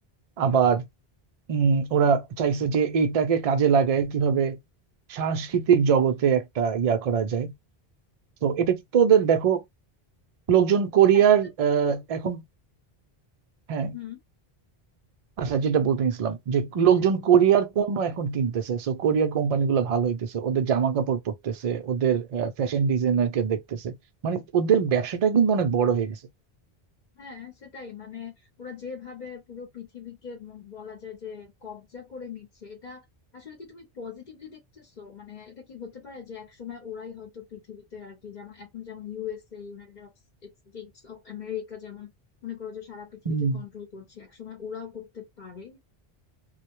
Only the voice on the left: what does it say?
হ্যাঁ এটা তো
হুম
হ্যাঁ
হ্যাঁ, সেটাই মানে ওরা যেভাবে পুরো পৃথিবীকে ম- বলা যায় যে কবজা করে নিচ্ছে এটা আসলে কি তুমি পজিটিভলি দেখতেছো মানে এটা কি হতে পারে যে একসময় ওরাই হয়তো পৃথিবীতে আর কি যেমন এখন যেমন USA United States of America যেমন মনে করো যে সারা পৃথিবীকে
কন্ট্রোল করছে একসময় ওরাও করতে পারে